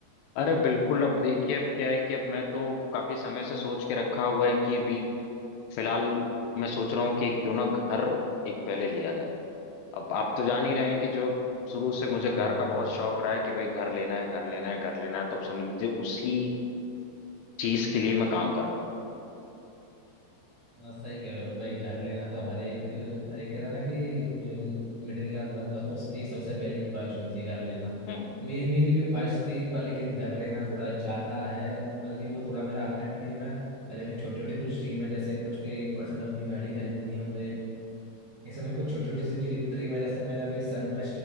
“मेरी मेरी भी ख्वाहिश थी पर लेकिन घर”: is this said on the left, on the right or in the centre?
Right